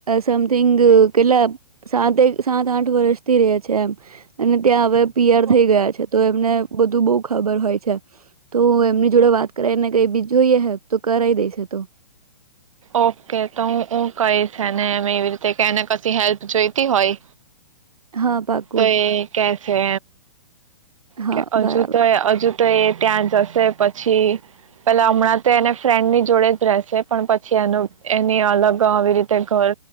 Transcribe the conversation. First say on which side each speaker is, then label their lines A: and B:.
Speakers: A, on the right; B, on the right.
A: સમથીગ કેટલા સાત એક સાત આઠ વર્ષથી રહે છે એમ અને ત્યાં હવે પી આ ર
B: ઓ-
A: થઈ ગયા છે તો એમને બધું બહુ ખબર હોય છે તો એમની જોડે વાત કરાયને કઈ બીજું જોઈએ હ- કરય દેશે તો
B: ઓકે તો હું હું કહીશ ને એવી રીતે કે એને કશી હેલ્પ જોઈતી હોય
A: હા પાકું
B: તો એ કે છે
A: હા
B: કે હજુ
A: બરાબર
B: તો હજુ તો એ ત્યાં જશે પછી પેલા હમણાં તો એને ફ્રેન્ડની જોડે જ રહેશે પણ પછી એનું એની અલગ આવી રીતે ઘર